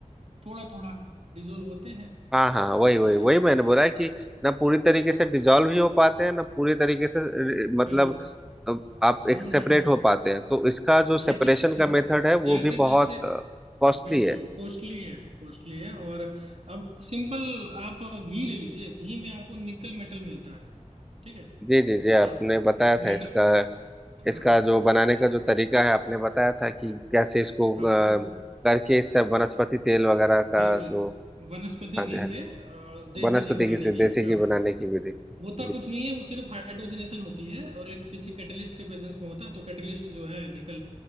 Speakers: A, on the right; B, in the centre.
A: थोड़ा थोड़ा डिजोल्व होते हैं
B: हाँ हाँ हाँ, वही
A: और
B: वही वही मैंने बोला है कि ना पूरी तरीके
A: हाँ
B: से डिजॉल्व ही हो पाते हैं ना पूरी तरीके से अ, मतलब
A: बिल्कुल
B: अ, आप एक
A: हम्म
B: सेपरेट
A: हम्म हम्म।
B: हो पाते हैं तो इसका जो
A: हालांकि
B: सेपरेशन
A: जित
B: का मेथड है वो
A: जैसे
B: भी
A: जैसे
B: बहुत कॉस्टली
A: बिल्कुल
B: है
A: कॉस्टली है कॉस्टली है और अब सिंपल आप घी ले लीजिए घी में आपको निकल मेटल मिलता है ठीक है
B: जी जी जी आपने
A: आप
B: बताया था
A: मेटल
B: इसका इसका
A: हाँ
B: जो बनाने
A: हम्म
B: का जो तरीका है आपने बताया था कि कैसे इसको
A: हाँ
B: अ,
A: तो
B: करके इससे वनस्पति तेल वगैरह का
A: बिल्कुल
B: जो
A: वनस्पति
B: हाँ
A: घी
B: जी हाँ
A: से
B: जी
A: अ, देसी
B: वनस्पति
A: घी बनाने
B: की से
A: के लिए
B: देसी
A: काम
B: घी
A: होता
B: बनाने
A: है
B: की विधि
A: होता
B: जी
A: कुछ
B: जी
A: नहीं है वो सिर्फ हाइड्रोजनेशन होती है और एक किसी कैटलिस्ट के प्रेजेंस में होता है तो कैटलिस्ट जो है निकल